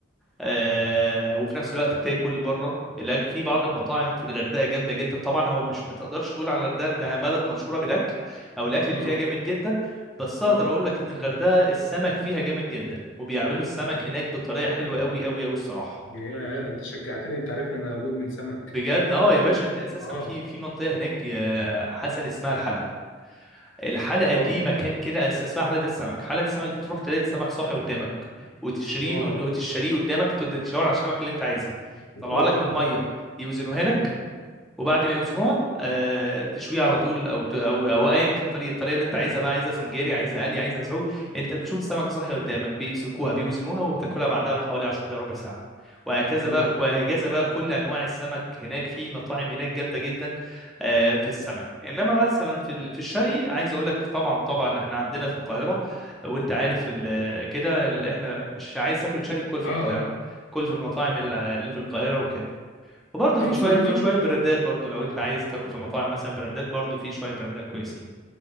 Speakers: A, in the centre; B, on the left (about 75°).
A: آه، وفي نفس الوقت تاكل بره الاكل في بعض المطاعم في الغردقه جامده جدا طبعا هو مش ما تقدرش تقول على الغردقه انها بلد مشهوره بالاكل او الاكل اللي
B: اه
A: فيها جامد جدا بس اقدر
B: مم.
A: اقول لك ان الغردقه السمك فيها جامد جدا وبيعملوا السمك هناك بطريقه حلوه قوي قوي قوي الصراحه
B: يا ده انت شجعتني انت عارفني انا مدمن سمك
A: بجد اه يا باشا انت اساسا
B: اه
A: في في منطقه هناك يا حسن اسمها الحلب الحلقه
B: اه
A: دي مكان كده أس- اسمها حلقه السمك حلقه السمك دي تروح تلاقي السمك صاحي قدامك وتشتريه
B: واو
A: وتشتريه قدامك تقعد تشاور على السمك اللي انت عايزها
B: <laughs>
A: يطلعها
B: واو
A: لك من الميه يوزنوها لك
B: مم.
A: وبعد ما يوزنوها آه، تشويها على طول او ت- او او ايا كان طريقه الطريقه اللي انت عايزها بقى عايزها سنجاري عايزها قلي عايزها مسعود انت بتشوف السمكه صاحيه قدامك بيمسكوها بيوزنوها وبتاكلها بعدها بحوالي 10 دقائق ربع ساعه وهكذا
B: يا
A: بقى
B: نهار
A: وهكذا
B: ابيض
A: بقى كل انواع السمك هناك في مطاعم هناك جامده جدا آه، في السمك انما مثلا في ال- في الشرقي عايز اقول لك طبعا طبعا احنا عندنا في القاهره وانت عارف ال- كده ال- احنا ش- عايز تاكل شرقي كل في
B: اه
A: القاهره
B: اه
A: كل في المطاعم اللي اللي في القاهره وكده وبرضه
B: طب
A: في
B: سؤال
A: شويه في
B: برضو
A: شويه براندات برضه لو انت عايز تاكل في مطاعم مثلا براندات برضه في شويه براندات كويسين